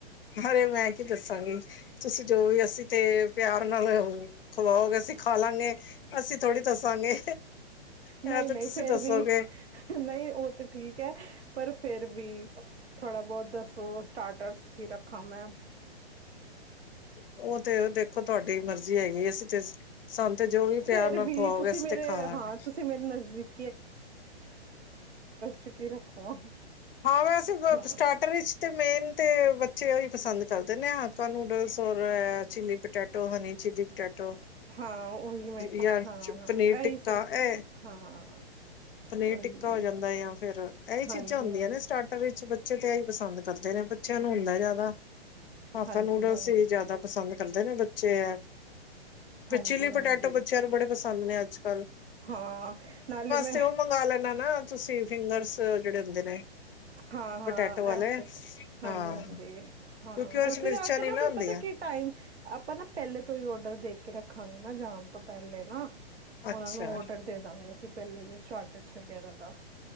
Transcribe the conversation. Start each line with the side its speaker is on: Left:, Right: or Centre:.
Left: ਹਲੇ ਮੈਂ ਕੀ ਦੱਸਾਂਗੀ। ਤੁਸੀਂ ਜੋ ਵੀ ਅਸੀਂ ਤੇ ਪਿਆਰ ਨਾਲੇ ਓਹ ਹੂੰ ਖਵਾਓਗੇ ਅਸੀ ਖਾ ਲਾਂਗੇ ਅਸੀਂ ਥੋੜ੍ਹੀ ਦੱਸਾਂਗੇ ਇਹ
Right: ਨਹੀਂ
Left: ਤੇ
Right: ਨਹੀਂ
Left: ਤੁਸੀਂ
Right: ਫੇਿਰ
Left: ਦੱਸੋਗੇ
Right: ਵੀ ਨਹੀਂ ਉਹ ਤੇ ਠੀਕ ਹੈ ਪਰ ਫੇਿਰ ਵੀ ਥੋੜ੍ਹਾ ਬਹੁਤ ਦੱਸੋ ਸਟਾਰਟਰਸ ਕੀ ਰੱਖਾਂ ਮੈਂ
Left: ਉਹ ਤੇ ਦੇਖੋ ਤੁਹਾਡੀ ਮਰਜ਼ੀ ਹੈਗੀ ਅਸੀਂ ਤੇ ਤੇ ਜੋ ਵੀ ਪਿਆਰ
Right: ਫੇਰ
Left: ਨਾਲ
Right: ਵੀ
Left: ਖਵਾਓਗੇ
Right: ਤੁਸੀਂ
Left: ਅਸੀਂ
Right: ਮੇਰੇ
Left: ਤੇ ਖਾ ਲਾਂਗੇ
Right: ਹਾਂ ਤੁਸੀਂ ਮੇਰੇ ਨਜ਼ਦੀਕ ਚ ਕੀ ਰੱਖਵਾਂ
Left: ਹਾਂ ਵੈਸੇ
Right: ਹਾਂ
Left: ਸਟਾਰਟਰ ਤੇ ਮੇਨ ਤੇ ਬੱਚੇ ਉਹਹੀ ਪਸੰਦ ਕਰਦੇ ਨੇ ਹਕਾ ਨੂਡਲਸ ਹੋਔਰ chilli potato honey chilli potato
Right: ਹਾਂ ਉਹੀ ਮੈਂ ਕਿਹਾ
Left: ਜਾਂ
Right: ਹਾਂ ਹਾਂ
Left: ਪਨੀਰ ਟਿੱਕਾ
Right: ਇਹੀ ਸਭ
Left: ਇਹ
Right: ਹਾਂ
Left: ਪਨੀਰ
Right: ਉਹੀ
Left: ਟਿੱਕਾ ਹੋ ਜਾਂਦਾ ਜਾਂ ਫੇਿਰ ਇਹੀ ਚੀਜ਼ਾਂ
Right: ਹਾਂਜੀ
Left: ਹੁੰਦੀਆਂ
Right: ਹਾਂਜੀ
Left: ਨੇ ਸਟਾਰਟਰ ਵਿੱਚ ਬੱਚੇ ਤੇ ਇਹੀ ਪਸੰਦ ਕਰਦੇ ਨੇ ਬੱਚਿਆਂ ਨੂੰ ਹੁੰਦਾ ਜ਼ਿਆਦਾ ਹਾਫਾ
Right: ਹਾਂਜੀ
Left: ਨੂਡਲਸ
Right: ਹਾਂਜੀ
Left: ਹੀ ਜ਼ਿਆਦਾ ਪਸੰਦ ਕਰਦੇ ਨੇ ਬੱਚੇ ਹੈ ਪਿਚੀਲੀ
Right: ਹਾਂਜੀ
Left: ਪੋਟੈਟੋ
Right: ਹਾਂਜੀ
Left: ਬੱਚਿਆਂ ਨੂੰ ਬੜੇ ਪਸੰਦ ਦੇ ਨੇ ਅੱਜ ਕੱਲ੍ਹ
Right: ਹਾਂ ਨਾਲ ਮੈਂ
Left: ਂ ਉਹ ਮੰਗ ਲੈਣਾ ਨਾ ਤੁਸੀਂ ਫਿੰਗਰਸ ਜਿਹੜੇ ਹੁੰਦੇ ਨੇ
Right: ਹਾਂ ਹਾਂ
Left: ਪਟੈਟੋ ਵਾਲੇ
Right: ਇਹ ਤੇ ਹਾਂਜੀ
Left: ਹਾਂ
Right: ਹਾਂਜੀ ਹਾਂ
Left: ਕਿਉਂਕਿ ਉਹਦੇ ਚ
Right: ਉੱਥੇ
Left: ਮਿਰਚਾਂ
Right: ਜਾ ਕੇ
Left: ਨੀ
Right: ਨਾ ਫਿਰ
Left: ਹੁੰਦੀਆਂ
Right: ਪਤਾ ਕੀ ਟਾਈਮ ਆਪਾਂ ਨਾ ਪਹਿਲੇ ਤੋਂ ਹੀ ਓਡਰ ਦੇ ਕੇ ਰੱਖਾਂਗੇ ਨਾ ਜਾਣ ਤੋਂ ਪਹਿਲੇ ਨਾ
Left: ਅੱਛਾ
Right: ਉਹਨਾਂ ਨੂੰ ਔਡਰ ਦੇ ਦਾਂਗੇ ਅਸੀਂ ਪਹਿਲੇ ਸਟਾਰਟਰਸ ਵਗੈਰਾ ਦਾ